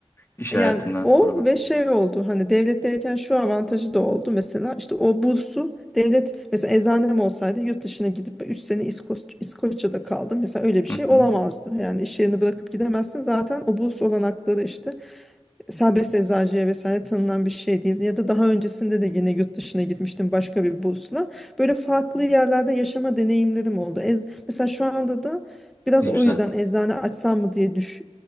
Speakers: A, on the left; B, in the centre.
A: İş
B: Yani
A: hayatından
B: o
A: sonra.
B: ve şey oldu. Hani devletteyken şu avantajı da oldu mesela. işte o bursu devlet mesela eczanem olsaydı yurt dışına gidip 3 sene İskoç, İskoçya'da kaldım. Mesela öyle bir
A: Hı
B: şey olamazdı.
A: hı.
B: Yani iş yerini bırakıp gidemezsin. Zaten o burs olanakları işte serbest eczacıya vesaire tanınan bir şey değil. Ya da daha öncesinde de yine yurt dışına gitmiştim başka bir bursla. Böyle farklı yerlerde yaşama deneyimlerim oldu. Ez, mesela şu anda da biraz
A: Ne
B: o
A: güzel.
B: yüzden eczane açsam mı diye düş,